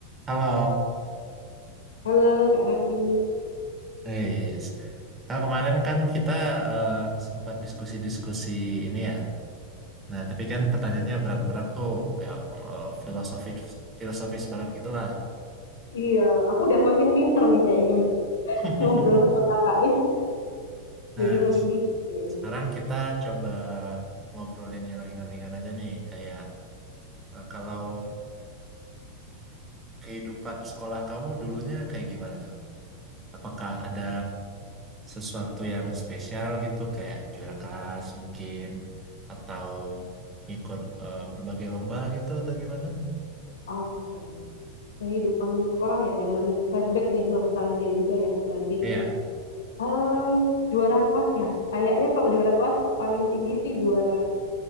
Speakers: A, on the right; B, on the left.
A: Halo,
B: Halo Kak Raffi.
A: guys. Nah, kemarin kan kita eh, sempat diskusi-diskusi ini ya. Nah, tapi kan pertanyaannya berat-berat tuh, kayak eh, filosofis filosofis banget gitulah.
B: Iya, aku udah makin pinter nih kayaknya <laughs>
A: <laughs>
B: ngobrol sama kakak nih.
A: Nah,
B: Jadi lebih pinter kayaknya.
A: sekarang kita coba ngobrolin yang ringan-ringan aja nih, kayak eh, kalau kehidupan sekolah kamu dulunya kayak gimana tuh? Apakah ada sesuatu yang spesial gitu kayak juara kelas mungkin atau ikut eh, berbagai lomba gitu atau gimana?
B: Oke, kehidupan sekolah ya, zaman flashback nih, nostalgia juga ya berarti.
A: Iya.
B: Em, juara kelas ya, kayaknya kalau juara kelas paling tinggi sih juara,